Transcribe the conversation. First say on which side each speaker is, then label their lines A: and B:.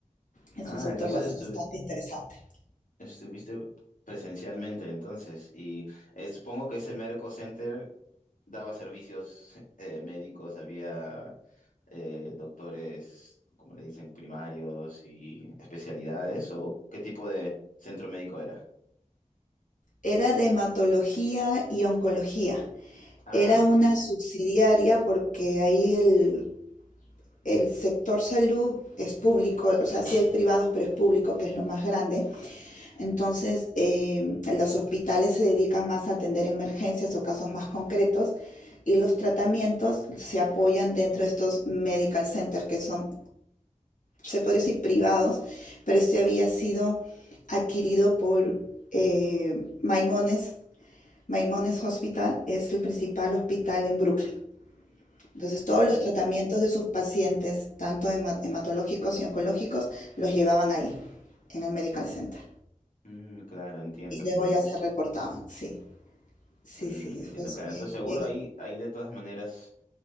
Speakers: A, on the left; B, on the left.
A: Es
B: ah,
A: un sector
B: entonces
A: bas- bastante interesante.
B: Estuviste presencialmente entonces y eh, supongo que ese Medical Center daba servicios <laughs> eh, médicos, había eh, doctores, como le dicen, primarios y especialidades o qué tipo de centro médico era.
A: Era de hematología y oncología.
B: Ah,
A: Era
B: ok,
A: una
B: ok.
A: subsidiaria porque ahí el, el sector salud es público, o sea, sí hay privados, pero es público, que es lo más grande. Entonces, eh, los hospitales se dedican más a atender emergencias o casos más concretos y los tratamientos se apoyan dentro de estos medical centers que son, se podría decir, privados, pero este había sido adquirido por eh, Maimones Maimonides Hospital es el principal hospital en Brooklyn. Entonces, todos
B: Ah,
A: los tratamientos de sus pacientes, tanto hema- hematológicos y oncológicos, los llevaban ahí, en el Medical Center.
B: mm, claro, entiendo.
A: Y luego ya se reportaban, sí. Sí,
B: Mm,
A: sí,
B: entiendo,
A: fue
B: claro.
A: bien,
B: Entonces seguro
A: bien.
B: ahí, ahí de todas maneras,